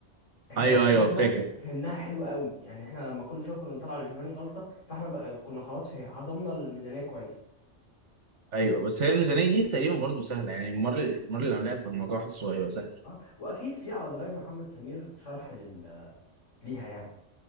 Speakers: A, on the left; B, on the right.
A: احنا
B: ايوه
A: ركزنا
B: ايوه فاكر
A: فهمناها حلو قوي يعني احنا لما كل شويه كنا نطلع لجوفاني غلطه فاحنا بقى كنا خلاص في هضمنا الميزانيه كويس
B: ايوه بس هي الميزانيه دي تقريبا برضه سهله يعني المره المره اللي عاملاها في الموضوع حاسه هيبقى سهل
A: اه واكيد في على درايف محمد سمير شرح لل... ليها يعني